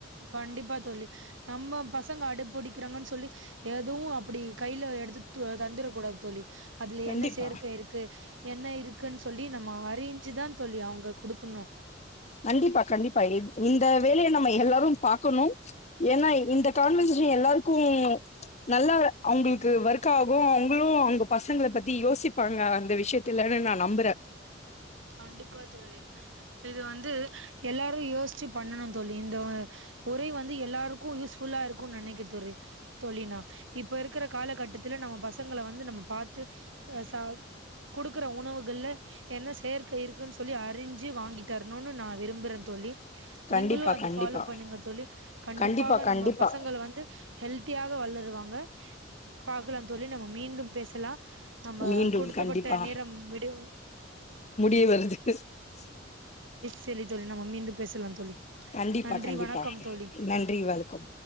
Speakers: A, on the right (about 80°); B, on the left (about 35°).
A: கண்டிப்பா தோழி நம்ம ப த்ங்க அடப்புடிக்கிறாங்கன் சொல்லி எதுவு அப்டி கைல எடுத்து து தந்துரக்கூடாது தோழி அதுல
B: கண்டிப்பா
A: என்ன சேர்க்கை இருக்கு என்ன இருக் க்குன் சொல்லி நம்ம அறிஞ்சிதா தோழி அவங்கக் குடுக்கணு
B: கண்டிப்பா கண்டிப்பா இ இந்த வேலைய <unintelligible> பாக்கணு ஏனா இந்த கான்வர்சேஷ எல்லாருக்கு நல்ல அவ்ங்ளுக்கு ஒர்க் ஆகு அவ்ங்ளு அவங்க பசங்ள பத்தி யோசிப்பாங்க அந்த விஷயத்துலனு நா நம்புற
A: கண்டிப்பா தோழி இது வந்து எல்லாரு யோசிச்சு பண்ணணு தோழி இந்த உரை வந்து எல்லாருக்கு யூஸ்ஃபுல்லா இருக்குன் நெனை <unintelligible> தோழி நா இப்ப இருக்கிற காலகட்டத் இதுல நம்ம பசங்கள வந்து நம்ம பாத்து சா குடுக்குற உணவுகள்ல என்ன செயற் க்கை இருக்குன் சொல்லி அறிஞ்சு வாங்கித்தர இன்னொன்னு நா விரும்புறே தோழி நீங்களு
B: கண்டிப்பா
A: அது
B: கண்டிப்பா
A: ஃபாலோ பண்ணுங்க தோழி கண்டிப்பாக
B: கண்டிப்பா
A: நம்ம
B: கண்டிப்பா
A: பசங்கள வந்து ஹெல்த்தியாக வளருவாங்க பாக்கலா தோழி நம்ம மீண்டும் பேசலா நம்ம
B: மீண்டும்
A: கொடுத்தப்பட்ட
B: கண்டிப்பா
A: நேரம் விடைவு
B: <unintelligible>
A: சேலி தோழி நம்ம மீண்டும் பேசலாந் தோழி
B: கண்டிப்பா
A: நன்றி
B: கண்டிப்பா
A: வணக்கம் தோழி
B: நன்றி வணக்கம்